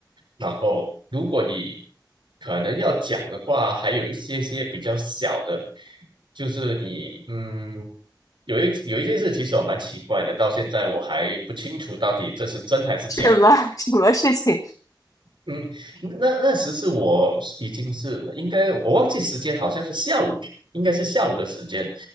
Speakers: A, on the right (about 80°); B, on the left (about 45°).
A: 然后，如果你可能要讲的话，还有一些些比较小的，就是你嗯，有一有一件事，其实我蛮奇怪的，到现在我还不清楚到底这是真还是假。
B: 什么 <laughs> 什么事情？
A: 嗯，那那时是我已经是应该我忘记时间，好像是下午，应该是下午的时间。